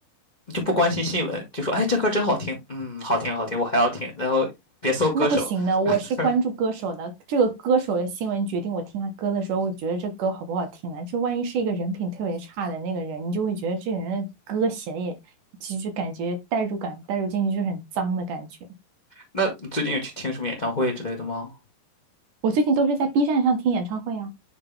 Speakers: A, on the left; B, on the right.
A: 就不关心新闻，就说哎这歌真好听，嗯，好听好听，我还要听，然后别搜歌手。
B: 那不行呢，我是关注歌手的，
A: <laughs>
B: 这个歌手的新闻决定我听他歌的时候，我觉得这歌好不好听呢？这万一是一个人品特别差的那个人，你就会觉得这个人的歌写的也，就是感觉代入感带入进去就是很脏的感觉。
A: 那你最近有去听什么演唱会之类的吗？
B: 我最近都是在 B 站上听演唱会啊，